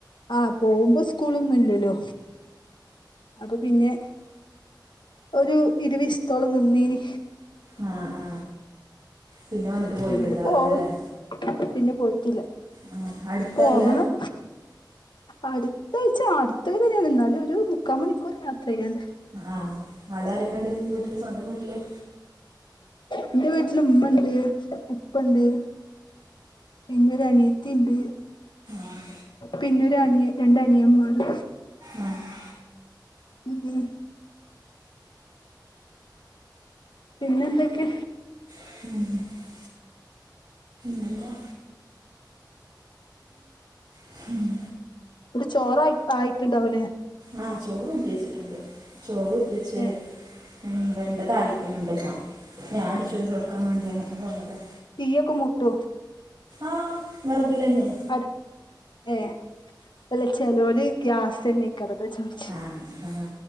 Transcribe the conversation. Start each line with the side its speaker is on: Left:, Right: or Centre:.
Left: ആഹ് പോവുമ്പോ സ്കൂളൊന്നുംല്ലല്ലോ അപ്പൊ പിന്നെ ഒരു ഇരവീസ്ത്തോളം നിന്നീന്
Right: ആ ആ പിന്നെ വന്നിട്ട് പോയിട്ടുണ്ടാവില്ല
Left: നി പോവ്
Right: അല്ലേ
Left: പിന്നെ പോയിട്ടില്ല
Right: ആ അടുത്തല്ല
Left: പോകണം അടുത്തയ്ച്ച അടുത്തന്നെ ന്നാലും ഒരു മുക്കാ മണിക്കൂർ യാത്രയ്യാണ്ട്
Right: ആഹ് അവിടാരൊക്കെ ണ്ട് വീട്ടില് സ്വന്തം വീട്ടില്
Left: എന്റെ വീട്ടില് ഉമ്മ ഉണ്ട് ഉപ്പ ഉണ്ട് പിന്നൊരു അനിയത്തിണ്ട്
Right: ആഹ്
Left: പിന്നൊരു അനിയ രണ്ടനിയന്മാരും
Right: ആഹ്
Left: മം മം പിന്നെന്തൊക്കെ
Right: മം ഞാൻ താ <unintelligible>
Left: ഇത്ചോറായി ആയിട്ടുണ്ടാവൂല്ലേ
Right: ആ ചോറുറ്റിച്ചിട്ടുണ്ട് ചോറൂ റ്റിവച്ച്
Left: ഏ
Right: ഉം വെണ്ട താളിക്കുന്നുണ്ട് മ്മ ഞാനടിച്ചോരി തൊടക്കാമാണ്ടി അങ്ങനെ പോന്നതാ
Left: തീയൊക്ക മൂട്ടോ
Right: ആഹ് വെർകിലെന്നെ
Left: അട് ഏ അല്ല ചെലോല് ഗ്യാസന്നെകാരം അതാ ചോയ്
Right: ആഹ് ആഹ്